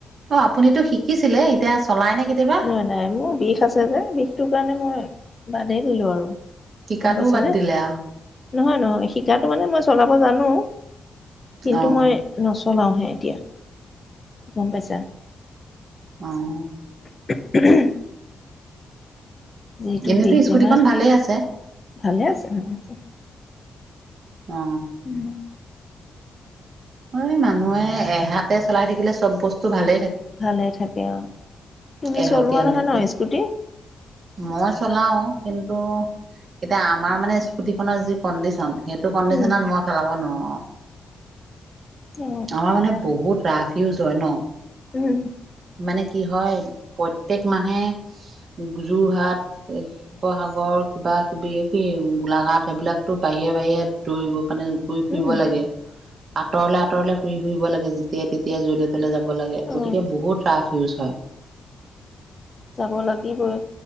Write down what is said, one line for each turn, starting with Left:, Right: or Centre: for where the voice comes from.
Right: অ আপুনিতো শিকিছিলে এতিয়া। চলাই নে কেতিয়াবা
Left: নাই নাই মোৰ বিষ আছে যে বিষটো কাৰণে মই বাদেই দিলো আৰু।
Right: শিকাতটোও
Left: গম পাইছানে
Right: বাদ দিলে আও।
Left: নহয় নহয় শিকা মানে মই চলাব জানো কিন্তু
Right: অ
Left: মই ন। চলাওঁহে এতিয়া গম পাইছা।
Right: অহ।
Left: উ <unintelligible> যিহেতটো
Right: এনেতো
Left: বিষ
Right: স্কুটিখন
Left: বেমাৰ
Right: ভালেই আছে
Left: ভালে আছে ভালে আছে।
Right: অ
Left: উম।
Right: অ মানুহে এহাতে চলাই থাকিলে চব বস্তু ভালেই।
Left: ভালে থাকে অ। তুমি
Right: এহতি
Left: চলোৱা
Right: হৈ
Left: নহয়
Right: থাকিলে
Left: ন স্কুটি
Right: মই। চলাই আমাৰ ইস্কুটি খন যি কনডিচন। সেইটো কণ্ডিশনত
Left: উম
Right: মই খেলাব নোৱাৰো।
Left: অ
Right: আমাৰ মানে বহুত ৰাফ ইউজ হয় ন।
Left: উম
Right: মানে কি হয়। প্ৰতেক মানহে যোৰহাট, শিৱসাগৰ কিবা কিবি গোলাঘাট সেইবিলাকো বাহিৰে বাহিৰে দৌৰিব মানে ঘূৰি ফুৰিব
Left: উম
Right: লাগে, আঁতৰলে আঁতৰলে ঘূৰি ফুৰিব লাগে যেতিয়াই তেতিয়াই জল যাব লাগে,
Left: অ
Right: গতিকে বহুত ৰাফ ইউজ হয়।
Left: যাব লাগিবই,